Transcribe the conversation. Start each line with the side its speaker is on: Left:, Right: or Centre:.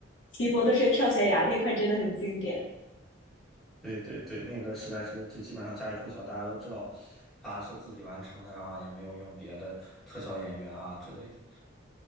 Left: 《骑摩托车跳悬崖》那块，真的很经典。
Centre: 对对对，那个实在是就基本上家喻户晓，大家都知道他是自己完成的啊，也没有用别的特效演员啊之类的。